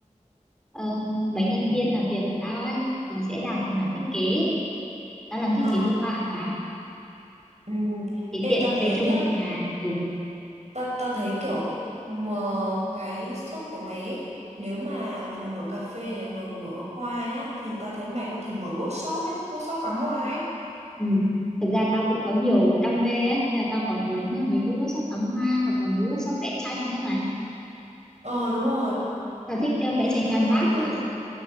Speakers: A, in the centre; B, on the right.
A: ờ, mấy nhân viên làm việc của tao ấy thì sẽ làm về mảng thiết kế tao làm thiết
B: Ờ.
A: kế đồ họa mà
B: Ừ.
A: thì
B: Ê
A: tiện
B: tao thấy
A: thuê chung
B: nhá
A: một nhà ừ
B: Ta, ta thấy kiểu mà cái shop của mày ấy, nếu mà vừa mở cà phê này vừa mở hoa nhá thì ta thấy mày có thể mở workshop ấy, workshop cắm hoa ấy.
A: Ừ. Thật ra tao cũng có nhiều đam mê á, Thế là tao còn muốn ờ, mấy cái workshop cắm hoa hoặc là mấy workshop vẽ tranh nghĩa là
B: Ờ đúng rồi,
A: tao thích ờ, vẽ
B: Ê,
A: tranh
B: nếu
A: canvas
B: mà mày mở
A: mà.